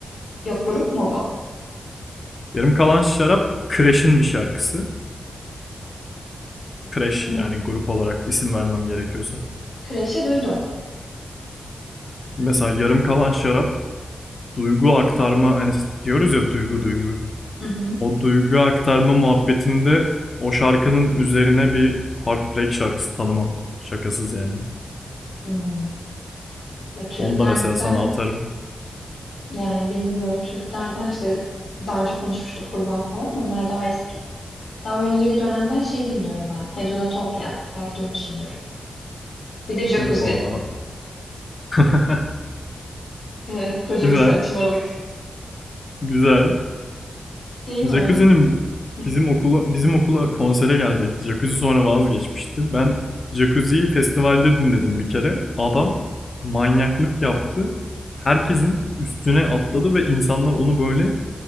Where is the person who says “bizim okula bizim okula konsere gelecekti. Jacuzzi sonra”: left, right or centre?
Left